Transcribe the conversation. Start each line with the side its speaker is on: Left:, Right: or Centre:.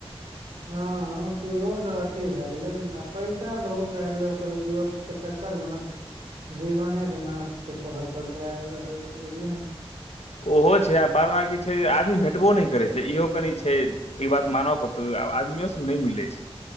Right: हँ ह लोक सभ अथी भए गेलै पैसा बहुत भए गेलै ओकर उपयोगके चक्कर मे न जीवने के नाश के पहर पर दे आबि रहल छै बुझले-
Left: ओहो छै आ बाद ब की छै आदमी भेटबो नहि करैत छै इहो कनि छै ई बात मनब पड़तौ आदमी सब नहि मिले छै